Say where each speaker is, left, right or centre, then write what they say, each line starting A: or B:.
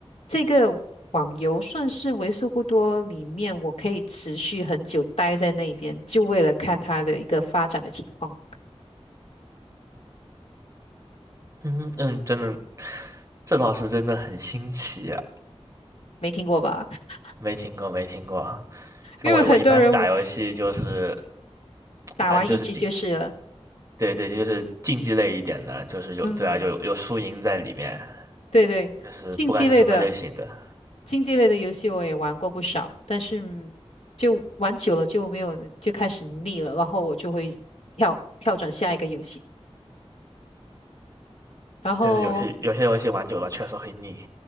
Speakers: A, on the left; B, on the right.
A: 这个网游算是为数不多里面我可以持续很久待在那边，就为了看它的一个发展的情况，
B: 嗯嗯，真的，这倒是真的很新奇啊，
A: 没听过吧？<laughs>
B: 没听过没听过啊。像我我一般打游戏就是
A: 因为很多人打完一局就是了，
B: 玩就是竞。对对，就是竞技类一点的，就是有，
A: 嗯，
B: 对啊，有有输赢在里面，
A: 对对。
B: 就是不管是什么类型的，
A: 竞技类的。竞技类的游戏我也玩过不少，但是嗯就玩久了就没有，就开始腻了，然后我就会跳跳转下一个游戏。然后，
B: 就是有些有些游戏玩久了确实会腻。